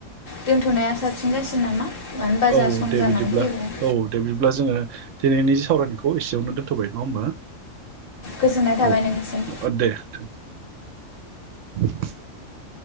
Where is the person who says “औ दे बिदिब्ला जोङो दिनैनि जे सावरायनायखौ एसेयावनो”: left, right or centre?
Right